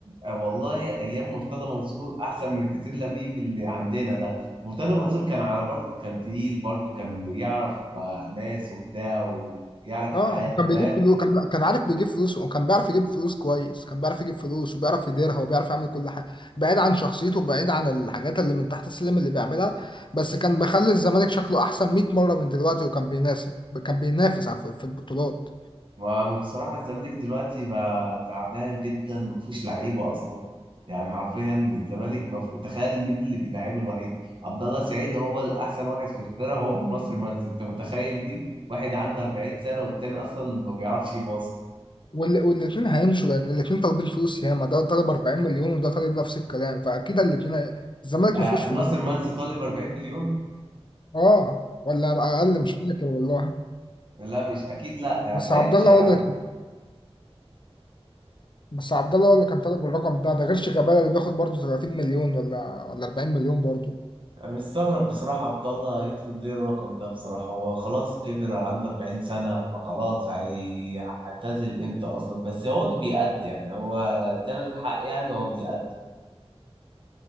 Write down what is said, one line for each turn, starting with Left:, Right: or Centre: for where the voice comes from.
Right: آه والله ايام مرتضى منصور احسن من حسين لبيب اللي عندنا ده مرتضى منصور كان على برضه كان تقيل برضه كان يعرف آه، ناس وبتاع ويعرف
Left: اه
Right: معارف
Left: وكان بيجيب
Right: فاهم
Left: فلوس كان كان عارف بيجيب فلوس وكان بيعرف يجيب فلوس كويس كان بيعرف يجيب فلوس وبيعرف يديرها وبيعرف يعمل كل حاجه بعيد عن شخصيته بعيد عن الحاجات اللي من تحت السلم اللي بيعملها بس كان مخلي الزمالك شكله احسن 100 مره من دلوقتي وكان بيناسب كان بينافس على- في البطولات
Right: وبصراحة الزمالك دلوقتي بقى تعبان جدا ما فيهوش لعيبة اصلا يعني حرفيا الزمالك مف... تخيل مين اللي بيلعبه الوحيد عبد الله سعيد هو الاحسن واحد في الفرقة هو ناصر منسي انت متخيل دي واحد عنده 40 سنة والتاني اصلا ما بيعرفش يباصي
Left: وال- والاتنين هيمشوا لان الاتنين طالبين فلوس ياما ده طالب 40 مليون وده طالب نفس الكلام فاكيد الاتنين هي... الزمالك
Right: آه
Left: ما فيهوش فلوس
Right: ناصر منسي طالب 40 مليون
Left: اه ولا اقل مش فاكر والله
Right: لا مش اكيد لا يعني
Left: بس
Right: ما
Left: عبد
Right: يمشي
Left: الله
Right: يا
Left: هو
Right: عم
Left: اللي بس عبد الله هو اللي كان طالب الرقم ده ده غير شيكابالا اللي بياخد برضه 30 مليون ولا ولا 40 مليون برضه
Right: انا مستغرب بصراحه عبد الله يطلب ليه الرقم ده بصراحه هو خلاص كبر عنده 40 سنه فخلاص هيعتزل امتى اصلا بس هو بيأدي يعني هو ادانا الحق يعني هو بيأدي